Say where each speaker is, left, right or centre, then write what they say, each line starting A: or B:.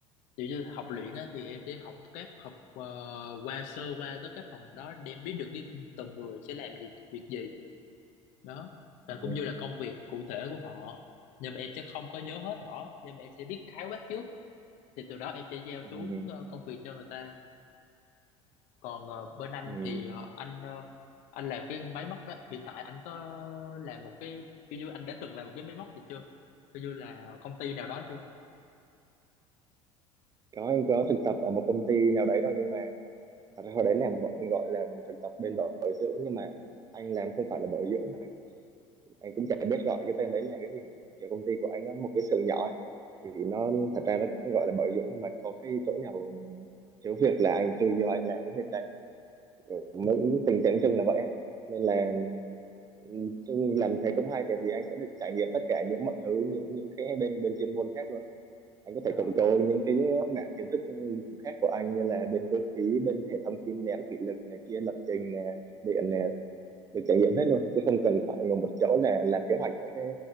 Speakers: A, on the left; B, on the right.
A: kiểu như học luyện á thì em sẽ học các học ờ, qua sơ qua tới các phòng đó để em biết được cái từng người sẽ làm gì việc gì đó và
B: ừ,
A: cũng như là công việc cụ thể của họ nhưng mà em sẽ không có nhớ hết rõ nhưng mà em sẽ biết khái quát trước thì từ đó em sẽ giao
B: ừ,
A: xuống
B: ừ.
A: ờ, công việc cho người ta còn ờ, bên anh
B: ừ.
A: thì ờ, anh ờ, anh làm cái máy móc đó hiện tại anh có làm một cái kiểu như anh đã từng làm một cái máy móc gì chưa kiểu như là công ty nào đó chưa
B: có anh có thực tập ở một công ty nào đấy thôi nhưng mà thật ra hồi đấy làm gọi gọi là thực tập bên bảo dưỡng nhưng mà anh làm không phải là bảo dưỡng mà anh cũng chả biết gọi cái tên đấy là cái gì kiểu công ty của anh nó một cái xưởng nhỏ ấy. thì nó thật ra nó cũng gọi là bảo dưỡng nhưng mà có cái chỗ nào thiếu việc là anh chui vô anh làm cái việc đấy Kiểu
A: Ừ.
B: tình trạng chung là vậy á. nên là ừ, chung làm thế cũng hay tại vì anh sẽ được trải nghiệm tất cả những mọi thứ những những cái bên bên chuyên môn khác luôn anh có
A: Ờ,
B: thể cộng cố những cái mảng kiến thức khác của anh như là bên cơ khí bên hệ thống kim nén thủy lực này kia lập trình này điện này được trải nghiệm hết luôn chứ không cần phải ngồi một chỗ là làm kế hoạch cho cái